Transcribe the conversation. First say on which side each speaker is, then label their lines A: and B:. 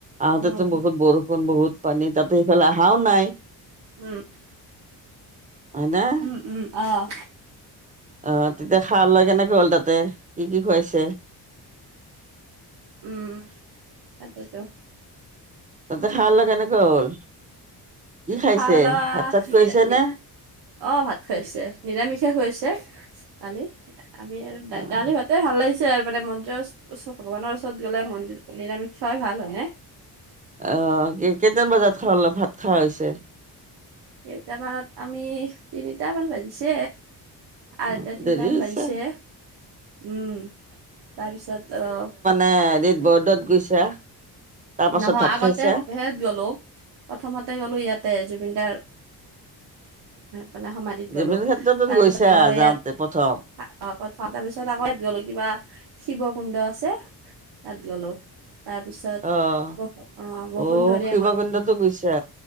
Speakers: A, on the right; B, on the right.
A: আহঁতেতো
B: উম
A: বহুত বৰষুণ বহুত পানী তাতে সেইফালে আহাও নাই
B: উম
A: হয় না
B: উম উম আহ
A: অ তেতিয়া খাৱা লোৱা কেনেকে হ'ল তাতে কি কি খুৱাইছে
B: উম তাকেইতো।
A: তাতে খাৱা লোৱা কেনেকুৱা হ'ল কি খাইছে
B: খাৱা লাৱা
A: ভাত চাত খোৱাইছে
B: নিৰা নি
A: নে?
B: অ ভাত খোৱাইছে নিৰামিষে খোৱাইছে কালি আমি আৰু
A: অ',
B: দালি ভাতে ভাল লাগিছে সেয়াৰ মানে মন্দিৰৰ ওচ ওচৰত ভগৱানৰ ওচৰত গ'লে মন নিৰামিষ খোৱাই ভাল হয়নে
A: অ কে কেইটা মান বজাত খালা ভাত খাৱা হৈছে
B: কেইটামান আমি তিনিটামান বাজিছে আঢ়ৈ
A: অ',
B: টা, তিনিটামান
A: দেৰি হৈছে।
B: বাজিছে উম তাৰপিছত অ ভাত
A: এদিত বৰদোৱাত গৈছা তাৰ পাছত
B: নহয়
A: ভাত
B: আগতে
A: খাইছা?
B: ভেত গলো প্ৰথমতে গলো ইয়াতে জুবিনদাৰ মানে সমাধিত
A: জুবিন
B: গলো
A: ক্ষেত্ৰতো
B: তাৰ
A: গৈছা
B: পিছত গলো ইয়াত
A: যাওঁতে প্ৰথম?
B: <unintelligible> পিছত আকৌ ইয়াত গলো কিবা শিৱ কুণ্ড আছে তাত গলো তাৰপিছত
A: অ',
B: বস অ বসুন্ধৰীয়া
A: অ', শিৱকুণ্ডতো
B: মই বসু
A: গৈছা?